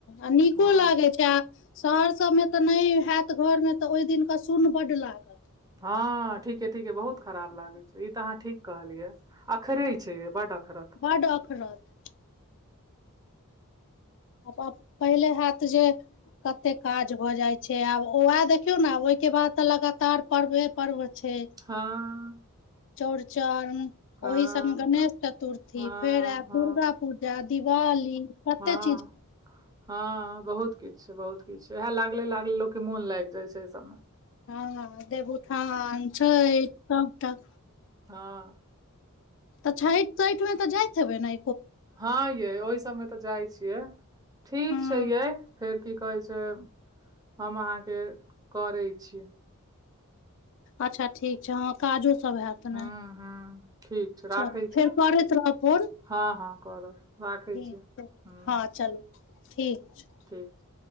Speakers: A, on the left; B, on the right.
A: आ नीको
B: हँ
A: लागै छै आ शहर सब मे तऽ नहि हेत घर मे तऽ ओहि दिन क सुन बड्ड लागत
B: हँ ठीके ठीके बहुत खराब लागै छै ई तऽ अहाँ ठीक कहलियै अखरै छै यै बड्ड अखरत
A: बड्ड अखरत आब <unintelligible> पहिले हैत जे कते काज भऽ जाइ छै आब उएह देखियौ ने ओइके बाद तऽ लगातार पर्वे पर्व छै
B: हाँ
A: चौरचन
B: हाँ
A: ओहि संग गणेश चतुर्थी
B: हाँ
A: फेर आयब
B: हाँ
A: दुर्गा पूजा दिवाली कतेक
B: हँ हँ बहुत किछ बहुत किछु वएह लागले लागले लोकके मोन लागि जाइ छै एहि सबमे
A: हँ देवउठान छठि सबटा
B: हँ
A: तऽ छैठ तैठ मे तऽ जाइत हेबै न
B: हँ ये ओहि सबमे तऽ जाइ छियै ठीक
A: हँ
B: छै यै फेर की कहै छै हम अहाँके करै छी
A: अच्छा ठीक छै हँ काजोसब हैत
B: हूँ
A: ने
B: हूँ ठीक छै राखै
A: चलु
B: छी
A: फेर करैत रहब फोन ठीक
B: हाँ हाँ करब राखै छी हूँ
A: छै हँ चलू ठीक छै <unintelligible>
B: ठीक छै